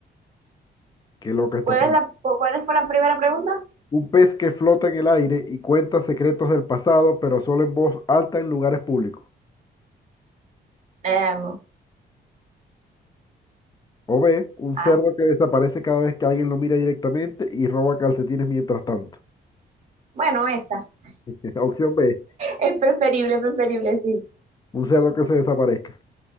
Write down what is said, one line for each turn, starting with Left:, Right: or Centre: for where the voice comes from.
Left: Qué loca esta
Right: ¿Cuál es la, cu- cuál fue la primera pregunta?
Left: Un pez que flota en el aire y cuenta secretos del pasado, pero solo en voz alta en lugares públicos.
Right: Em,
Left: O B, un
Right: ah,
Left: cerdo que desaparece cada vez que alguien lo mira directamente y roba calcetines mientras tanto.
Right: bueno, esa. <laughs>
Left: <laughs> Opción B,
Right: Es preferible, preferible, sí.
Left: un cerdo que se desaparezca.